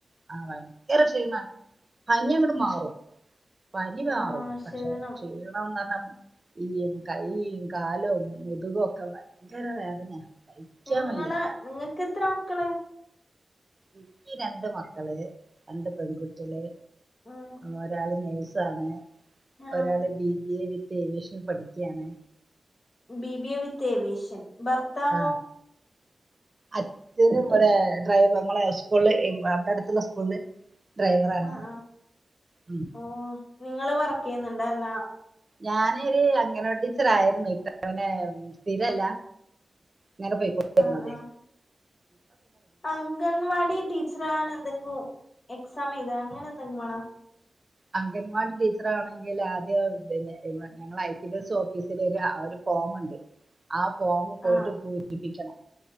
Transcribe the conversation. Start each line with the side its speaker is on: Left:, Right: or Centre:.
Right: ആ വയങ്കര ഷീണ പനി ങ്ങട്ട് മാറും പനി മാറും
Left: ആ ക്ഷീണം
Right: പക്ഷെ ക്ഷീണംന്നർണ്ണ ഈ കൈയും കാലും മുതുകും ഒക്കെ ഭയങ്കര വേദന. സഹിക്കാൻ
Left: നിങ്ങളെ
Right: വയ്യ
Left: നിങ്ങക്കത്രെ ക്കള്.?
Right: ഇന്ക് രണ്ട് മക്കള് രണ്ട് പെൺകുട്ടിള്
Left: ഉം
Right: ഒരാള് നെയ്‌ സാണ്
Left: ആ
Right: ഒരാള് B B A with aviation പഠിക്കാണ്.
Left: ബിബി എ വിത്ത് ഏവിയേശൻ ഭർത്താവോ.?
Right: ആ അച്ഛന് വടെ ഡ്രൈവ മ്മളെ സ്കൂള്ള് അ അവ്ടെ അടുത്തുള്ള സ്കൂള്ള് ഡ്രൈവറാ ണ്.
Left: ആ ആ
Right: ഉം
Left: ഓ നിങ്ങള് വർക്ക് ചെയ്യുന്ന്ണ്ട ല്ല
Right: ഞാനൊര് അങ്ങൻവ ടീച്ചർ ആയിരുന്നു ഇപ്പൊ ങ്ങനെ സ്ഥിരല്ല. <unintelligible> പോയികൊണ്ടിരുന്ന
Left: ആ
Right: തെയ്
Left: ആ അംഗൻവാടി ടീച്ച്റ് ആണദികു എക്സാം എയ്ത അങ്ങനെ എന്തെങ്കും മാണോ?
Right: അംഗൻ വടി ടീച്ചറാവ്ണങ്കില് ആദ്യ പിന്നെ എമ ഞങ്ങളെ ഐ ട്ടി <unintelligible> ഓഫീസില് രു ആ രു ഫോമ്ണ്ട് ആ ഫോമ് പോയിട്ട്
Left: ആ
Right: പൂരി പ്പിക്കണം